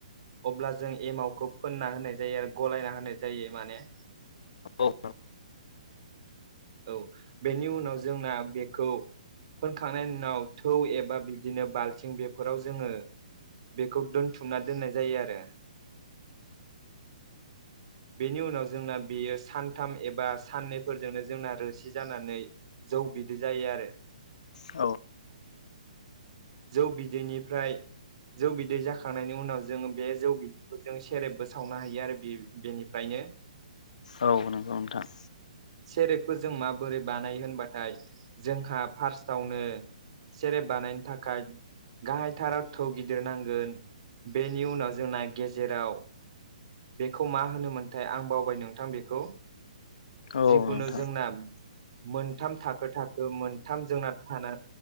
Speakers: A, on the right (about 50°); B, on the left (about 65°).
A: अब्ला जों एमावखौ फोनना होनाय जायो आरो गलायना होनाय जायो माने।
B: औ
A: औ बेनि उनाव जोंना बेखौ फोनखांनायनि उनाव थौ एबा बिदिनो बाल्थिं बेफोराव जोङो बेखौ दोनथुमना दोननाय जायो आरो। बेनि उनाव जोंना बेयो सानथाम एबा साननैफोरजोंनो जोंना रोसि जानानै जौ बिदै जायो आरो।
B: औ
A: जौ बिदैनिफ्राय जौ बिदै जाखांनायनि उनाव जोङो बे जौ बिदैखौ जों सेरेबबो सावनो हायो आरो बे बेनिफ्रायनो।
B: औ नंगौ नोंथां।
A: सेरेबखौ जों माबोरै बानायो होनबाथाय जोंहा फार्स्टआवनो सेरेब बानायनो थाखाय गाहायथाराव थौ गिदिर नांगोन बेनि उनाव जोंना गेजेराव बेखौ मा होनोमोनथाय आं बावबाय नोंथां बेखौ
B: औ
A: जिखुनु
B: नोंथां
A: जोंना मोनथाम थाखो थाखो मोनथाम जोंना थाना